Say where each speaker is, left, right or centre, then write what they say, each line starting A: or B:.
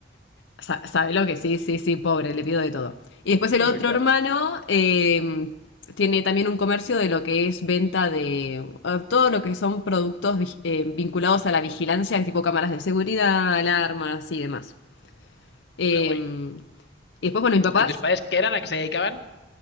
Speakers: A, on the left; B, on the left.
A: Sa- sabe lo que sí, sí, sí, pobre, le pido de todo. Y después el
B: <laughs> Hombre,
A: otro
B: claro.
A: hermano eh, tiene también un comercio de lo que es venta de eh, todo lo que son productos vi- eh, vinculados a la vigilancia, tipo cámaras de seguridad, alarmas y demás. Eh,
B: Ah, guay.
A: y después, bueno, mis papás,
B: ¿Y tus padres qué eran? ¿A qué se dedicaban?